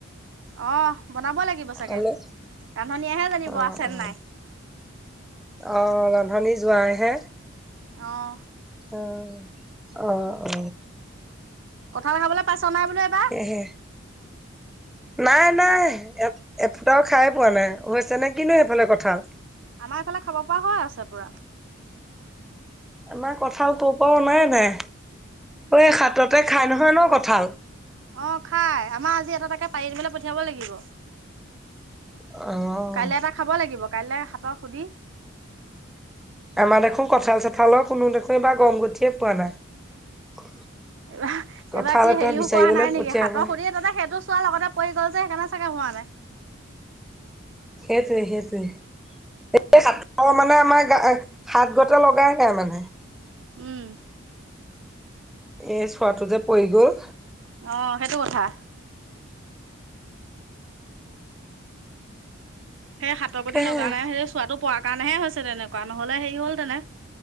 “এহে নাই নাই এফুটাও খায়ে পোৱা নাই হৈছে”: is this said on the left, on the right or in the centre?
Centre